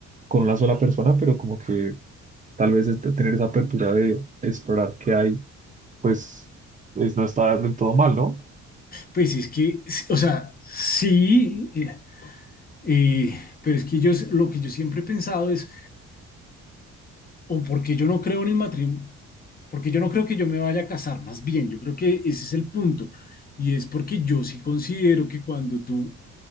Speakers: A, on the right; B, on the left.
A: con una sola persona, pero como que tal vez este- tener esa apertura de explorar qué hay, pues es- no está del todo mal, ¿no?
B: Pues es que, o sea, sí, eh, eh, pero es que yo, lo que yo siempre he pensado es o porque yo no creo en el matrimonio, porque yo no creo que yo me vaya a casar, más bien, yo creo que ese es el punto. Y es porque yo sí considero que cuando tú